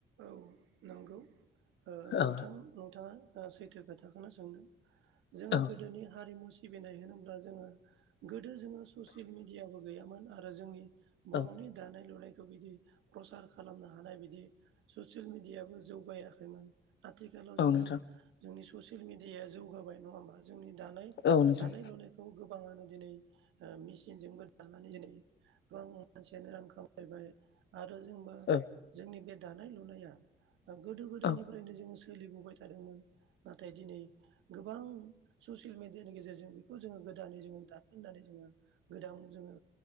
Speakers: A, on the right; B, on the left.
A: औ नंगौ ओ नोंथां
B: औ
A: नोंथाङा सैथो खोथाखौनो सोंदों। जोंङो
B: औ
A: गोदोनि हारिमु सिबिनाय होनोब्ला जोंङो। गोदो जोंङो ससियेल मिडियाबो गैयामोन आरो जोंनि बरनि
B: औ
A: दानाय लुनाय बिदि प्रसार खालामनो हानाय बिदि ससियेल मिडियाबो जौगायाखैमोन। आथिखालाव जोंङो
B: औ नोंथां
A: जोंनि ससियेल मिडियाया जौगाबाय नङा होमबा जोंनि दानाय
B: औ नोंथां
A: दानाय लुनायखौ गोबाङानो। दिनै मेचनजोंबो दानानै दिनै गोबां मानसियानो रां खामायबाय। आरो जोंबा
B: औ
A: जोंनि बे दानाय लुनाया ओ गोदो
B: औ
A: गोदायनिफ्रायनो जों सोलिबोबाय थादोंमोन नाथाय दिनै गोबां ससियेल मिडियानि गेजेरजों बेखौ जोंङो गोदानै जोंङो दाफिननानै जोंङो गोदान जोंङो